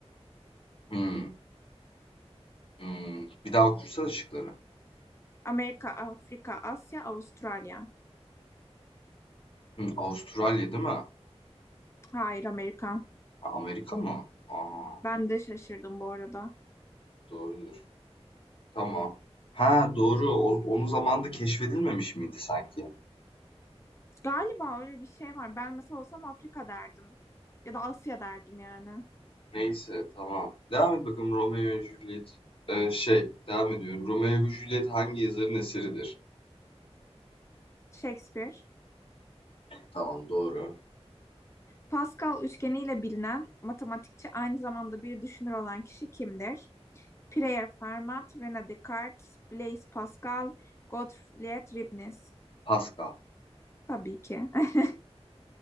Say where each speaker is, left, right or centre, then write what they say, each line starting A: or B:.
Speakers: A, on the left; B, on the left.
A: Hmm, hmm. Bir daha okursana şıkları.
B: Amerika, Afrika, Asya, Avustralya.
A: Hımm, Avustralya değil mi?
B: Hayır Amerika.
A: A Amerika mı? Aa
B: Ben de şaşırdım bu arada.
A: Doğrudur. Tamam. Ha, doğru. O onun zamanında keşfedilmemiş miydi sanki?
B: Galiba öyle bir şey var. Ben mesela olsam Afrika derdim. Ya da Asya derdim yani.
A: Neyse, tamam. Devam et bakalım Romeo ve Juliet. Eee, şey, devam ediyorum. Romeo ve Juliet hangi yazarın eseridir?
B: Shakespeare.
A: Tamam, doğru.
B: Pascal üçgeniyle bilinen matematikçi aynı zamanda bir düşünür olan kişi kimdir? Pierre Fermat, René Descartes, Blaise Pascal, Gottfried Leibniz.
A: Pascal.
B: Tabii ki. <laughs>